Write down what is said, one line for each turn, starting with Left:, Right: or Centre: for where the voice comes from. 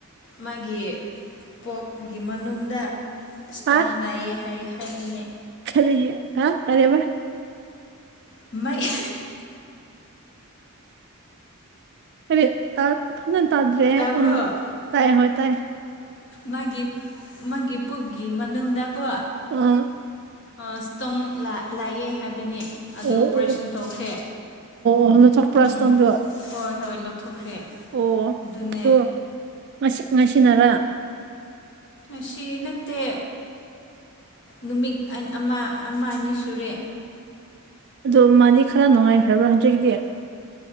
Left: ꯃꯥꯒꯤ ꯄꯣꯠꯀꯤ ꯃꯅꯨꯡꯗ ꯏꯁꯇꯣꯟ
Right: ꯍꯥ
Left: ꯂꯥꯛꯑꯦ ꯍꯥꯏꯕꯅꯦ
Right: ꯈꯔꯤꯒꯤ ꯍꯥ ꯀꯔꯤꯕ
Left: ꯃꯩ
Right: <inaudible> ꯍꯥꯏ ꯐꯖꯅ ꯇꯥꯗ꯭ꯔꯦ
Left: ꯇꯥꯕ꯭ꯔꯣ
Right: ꯎꯝ ꯇꯥꯏ ꯍꯣꯏ ꯇꯥꯏ
Left: ꯃꯥꯒꯤ ꯃꯥꯒꯤ ꯄꯨꯨꯒꯒꯤ ꯃꯅꯨꯡꯗꯀꯣ
Right: ꯎꯝ
Left: ꯏꯁꯇꯣꯡ ꯂꯥꯛꯌꯦ ꯍꯥꯏꯕꯅꯦ ꯑꯗꯨ
Right: ꯑꯣ
Left: ꯑꯣꯄꯔꯦꯁꯟ
Right: ꯑꯣ
Left: ꯇꯧꯈ꯭ꯔꯦ
Right: ꯑꯣ ꯂꯧꯊꯣꯛꯄ꯭ꯔꯥ ꯏꯁꯇꯣꯟꯗꯣ
Left: ꯎꯝ ꯍꯣꯏ ꯍꯣꯏ ꯂꯧꯊꯣꯛꯈ꯭ꯔꯦ
Right: ꯑꯣ
Left: ꯑꯗꯨꯅꯦ
Right: ꯑꯗꯣ ꯉꯁꯤ ꯉꯁꯤꯅꯔꯥ
Left: ꯑꯁꯤ ꯅꯠꯇꯦ ꯅꯨꯃꯤꯠ ꯑꯥ ꯑꯃ ꯑꯃ ꯑꯅꯤ ꯁꯨ ꯇꯨꯔꯦ
Right: ꯑꯗꯨ ꯃꯥꯗꯤ ꯈꯔ ꯅꯨꯡꯉꯥꯏꯈ꯭ꯔꯕ꯭ꯔꯥ ꯍꯧꯖꯤꯛꯇꯤ